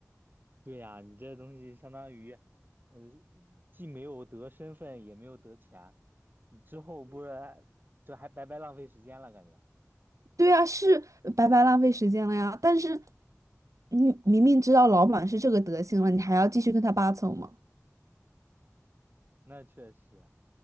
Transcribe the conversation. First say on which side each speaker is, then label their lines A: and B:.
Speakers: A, on the right; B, on the right.
A: 对呀，你这东西相当于，呃，既没有得身份，也没有得钱，你之后不是这还白白浪费时间了，感觉。
B: 对啊，是白白浪费时间了呀。但是你明明知道老板是这个德行了，你还要继续跟他八扯吗？
A: 那确实，